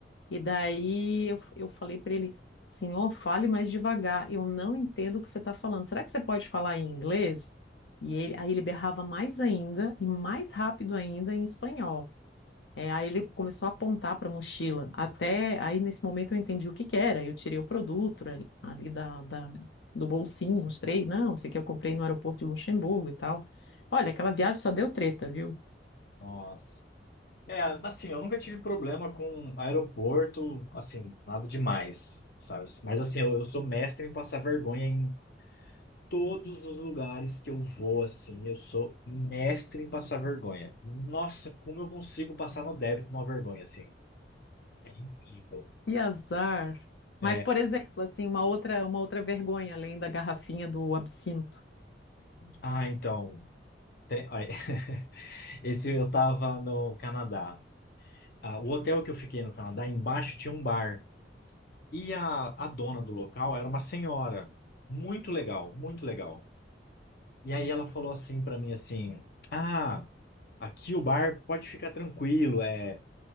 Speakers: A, on the left; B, on the left.
A: E daí eu, eu falei para ele, senhor, fale mais devagar, eu não entendo o que você está falando. Será que você pode falar em inglês? E ele, aí ele berrava mais ainda e mais rápido ainda em espanhol. É, aí ele começou a apontar para a mochila. Até aí, nesse momento, eu entendi o que que era. Eu tirei o produto ali, ali da, da- do bolsinho, mostrei. Não, isso aqui eu comprei no aeroporto de Luxemburgo e tal. Olha, aquela viagem só deu treta, viu?
B: Nossa. É, assim, eu nunca tive problema com aeroporto, assim, nada demais, sabe? Mas assim, eu, eu sou mestre em passar vergonha em todos os lugares que eu vou, assim, eu sou mestre em passar vergonha. Nossa, como eu consigo passar no débito uma vergonha, assim. Incrível.
A: Que azar.
B: É,
A: Mas, por exemplo, assim, uma outra, uma outra vergonha, além da garrafinha do absinto.
B: ah, então, tem- ó, <laughs> esse eu tava no Canadá. Ah, o hotel que eu fiquei no Canadá, embaixo tinha um bar. E a, a dona do local era uma senhora. Muito legal, muito legal. E aí ela falou assim pra mim assim: "Ah, aqui o bar pode ficar tranquilo, é